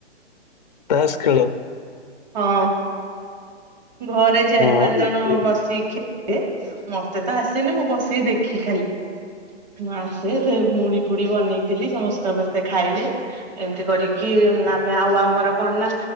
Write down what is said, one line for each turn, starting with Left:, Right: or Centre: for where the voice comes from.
Left: ତାସ ଖେଳ।
Right: ହଁ ଘରେ ଚାରି
Left: ହଁ
Right: ପାଞ୍ଚ ଜଣ
Left: ଯେତିକି,
Right: ବସିି ଖେଳି ମତେ ତ ଆସିନି ମୁଁ ବସିକି ଦେଖି ଖାଲି। ଗାଁ ଆସେ ସେ ମୁଡି ପୁରୀ ବନେଇଥିଲି ସମସ୍ତେ ସମସ୍ତେ ଖାଇଲେ ଏମିତି କରିକି ଆମେ ଆଉ ଆମର କଣ ନା